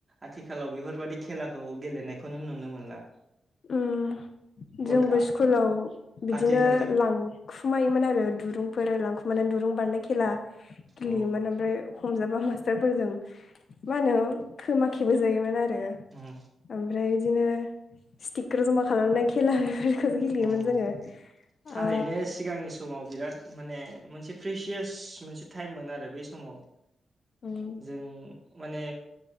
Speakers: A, on the right; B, on the left.
A: आथिखालाव बेफोरबायदि। बे खेलाखौ गेलेनायखौनो नुनो मोनला।
B: ओम
A: गथ
B: जोंबो स्कुलाव। बिदिनो
A: आथिखालनि
B: लांखुमायोमोन आरो दुरुंफोर लांखुमानानै दुरुं बारनाय खेला। गेलेयोमोन
A: उम
B: ओमफ्राय। हमजाबा मास्टारफोरजों मा होनो? खोमाखेबहो जायोमोन आरो, आरो
A: उम
B: ओमफ्राय बिदिनो स्टिकारजों मा खालामनाय खेला <unintelligible>
A: ओम,
B: जोङो
A: थारैनो
B: ओ
A: सिगांनि समाव बिराद, माने, मोनसे प्रिसियास मोनसे टाइममोन आरो बै समाव।
B: उम
A: जों माने,